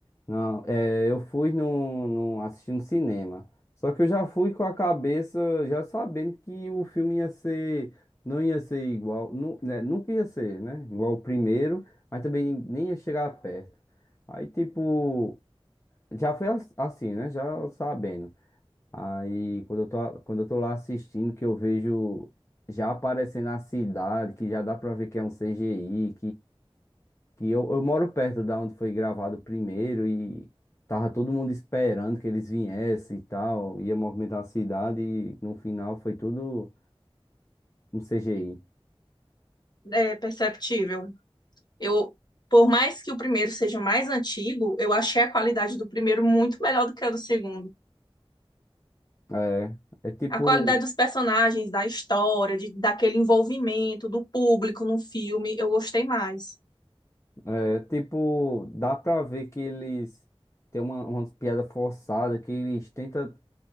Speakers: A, on the left; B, on the left.
A: Não, é, eu fui num, num, assistindo cinema. Só que eu já fui com a cabeça, já sabendo que o filme ia ser, não ia ser igual, nu, né, nunca ia ser, né? Igual o primeiro, mas também nem ia chegar perto. Aí, tipo, já foi as- assim, né? Já sabendo. Aí, quando eu tô, quando eu tô lá assistindo, que eu vejo já aparecendo a cidade, que já dá pra ver que é um CGI, que eu, eu moro perto da onde foi gravado o primeiro e tava todo mundo esperando que eles viessem e tal, ia movimentar a cidade e no final foi tudo um CGI.
B: É perceptível. Eu, por mais que o primeiro seja mais antigo, eu achei a qualidade do primeiro muito melhor do que a do segundo.
A: É, é tipo,
B: A qualidade dos personagens, da história, de, daquele envolvimento do público no filme, eu gostei mais.
A: é tipo, dá pra ver que eles têm uma, umas piadas forçadas, que eles tentam